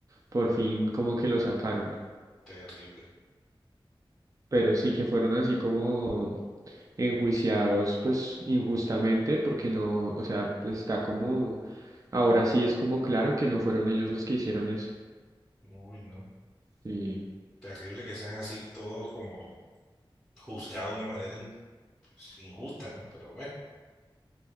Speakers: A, on the right (about 35°); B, in the centre.
A: por fin como que lo sacaron.
B: terrible.
A: Pero sí que fueron así como enjuiciados pues injustamente porque no, o sea, pues, está como, ahora sí es como claro que no fueron ellos los que hicieron eso.
B: Uy, no.
A: Sí,
B: Terrible que sean así todos como juzgados de una manera in- pues, injusta, ¿no? Pero bueno,